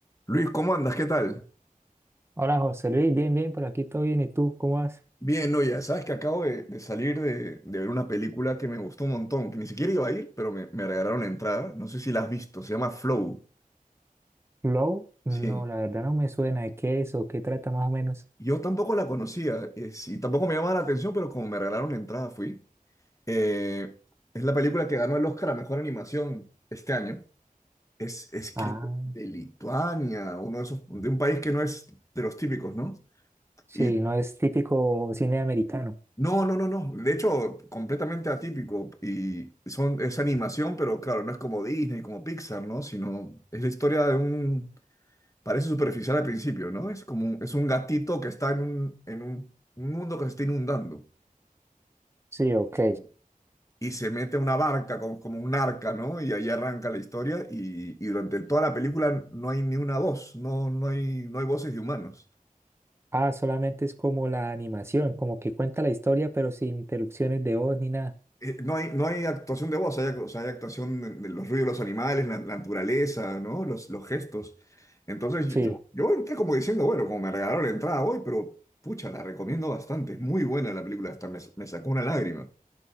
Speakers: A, on the left; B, on the right.
A: Luis, ¿cómo andas? ¿Qué tal?
B: Hola José Luis, bien, bien, por aquí todo bien. ¿Y tú cómo vas?
A: Bien, no, ya sabes que acabo de, de salir de, de ver una película que me gustó un montón, que ni siquiera iba a ir, pero me, me regalaron la entrada. No sé si la has visto, se llama Flow.
B: ¿Flow? No,
A: Sí,
B: la verdad no me suena. ¿De qué es o qué trata más o menos?
A: yo tampoco la conocía, eh, sí, tampoco me llamaba la atención, pero como me regalaron la entrada fui. Eh, es la película que ganó el Oscar a Mejor Animación este año. Es, es
B: Ah,
A: creo que de Lituania, uno de esos, de un país que no es de los típicos, ¿no?
B: sí,
A: Y
B: no es típico cine americano.
A: No, no, no, no. De hecho, completamente atípico. Y son, es animación, pero claro, no es como Disney, como Pixar, ¿no? Sino es la historia de un... Parece superficial al principio, ¿no? Es como un, es un gatito que está en un, en un un mundo que se está inundando.
B: Sí, ok.
A: Y, y se mete a una barca, como, como un arca, ¿no? Y ahí arranca la historia. Y, y durante toda la película no hay ni una voz, no, no hay, no hay voces de humanos.
B: Ah, solamente es como la animación, como que cuenta la historia, pero sin interrupciones de voz ni nada.
A: eh, no hay, no hay actuación de voz, hay, act- o sea, hay actuación de, de los ruidos de los animales, la, la naturaleza, ¿no? Los, los gestos. Entonces yo,
B: Sí,
A: yo- yo entré como diciendo, bueno, como me regalaron la entrada hoy, pero pucha, la recomiendo bastante. Es muy buena la película, hasta me, me sacó una lágrima.